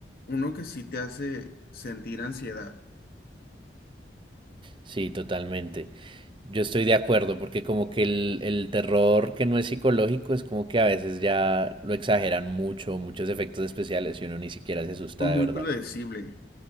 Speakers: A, on the left; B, on the right.
A: uno que sí te hace sentir ansiedad
B: sí, totalmente. Yo estoy de acuerdo, porque como que el, el terror que no es psicológico es como que a veces ya lo exageran mucho, muchos efectos especiales y uno ni siquiera se asusta
A: o muy
B: de verdad.
A: predecible.